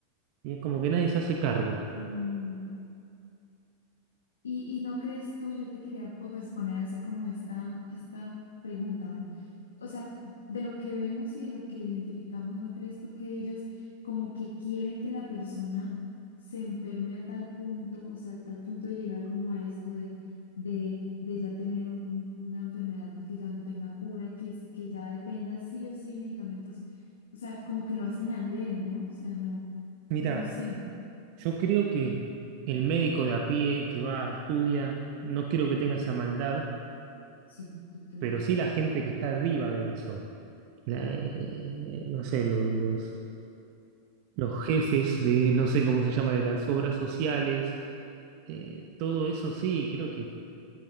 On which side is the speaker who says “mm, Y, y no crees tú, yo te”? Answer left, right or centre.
Left